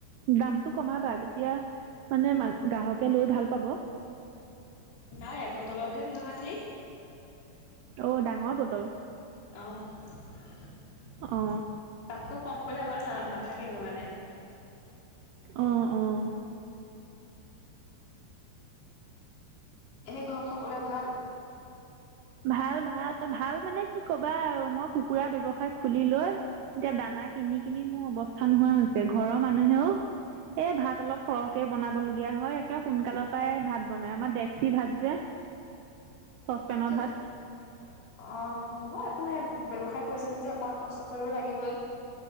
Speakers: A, on the right; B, on the left.
A: দামটো কমাবা তেতিয়া মানে মা গ্ৰাহকে লৈ ভাল পাব।
B: নাই এবটলতহে দুশ ষাঠি।
A: অ ডাঙৰ বটল।
B: অ'। তাতকৈ
A: অ
B: কম কৰিলে আমাৰ না-নাথাকেগৈ মানে।
A: অ', অ'।
B: এনে ঘৰৰ সকলোৱে ভাল?
A: ভাল ভাল, ভাল মানে কি ক'বা মই কুকুৰাৰ ব্যৱসায় খুলি লৈ এতিয়া দানা কিনি কিনি মোৰ অৱস্থা নোহোৱা হৈছে, ঘৰৰ মানুহেও এ, ভাত অলপ সৰহকে বনাব লগগীয়া হয়। একে সোনকালৰ পৰাই ভাত বনাই, আমাৰ ডেকচি ভাত যে।
B: <unintelligible>
A: চচপেনৰ ভাত
B: অ' হ'ব একো নাই, ব্যৱসায় কৰিছা যেতিয়া অকমান কষ্ট কৰিব লাগিবই।